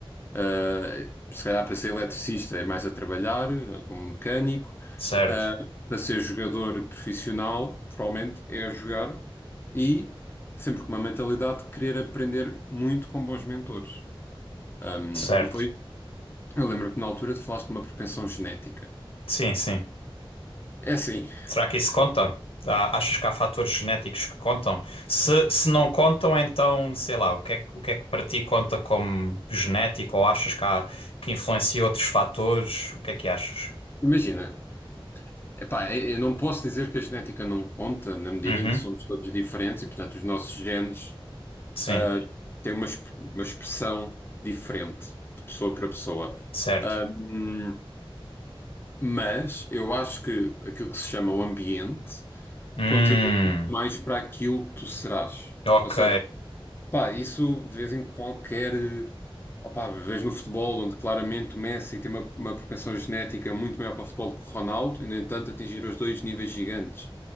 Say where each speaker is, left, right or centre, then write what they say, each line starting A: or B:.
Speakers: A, on the left; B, on the left.
A: ah, se calhar para ser eletricista é mais a trabalhar, ah, como mecânico.
B: certo.
A: Ah, para ser jogador profissional, provavelmente é a jogar e sempre com uma mentalidade de querer aprender muito com bons mentores. Ah, e
B: Certo.
A: depois, eu lembro que na altura tu falaste de uma propensão genética.
B: Sim, sim.
A: É assim,
B: Será que isso conta? Ah, achas que há fatores genéticos que contam? Se, se não contam, então, sei lá, o que é, que- o que é que para ti conta como genético? Ou achas que há, que influencia outros fatores? O que é que achas?
A: Imagina, epá, eu eu não posso dizer que a genética não conta, na medida
B: Uhum.
A: em que somos todos diferentes e, portanto, os nossos genes
B: Sim,
A: ah, têm uma, exp- uma expressão diferente de pessoa para pessoa.
B: certo.
A: Ahm, mas eu acho que aquilo que se chama o ambiente
B: Hum,
A: contribui muito mais para aquilo que tu serás.
B: ok.
A: Ou seja, pá, isso vês em qualquer. Opá, vês no futebol, onde claramente o Messi tem uma, uma propensão genética muito maior para o futebol que o Ronaldo, e no entanto atingiram os dois níveis gigantes.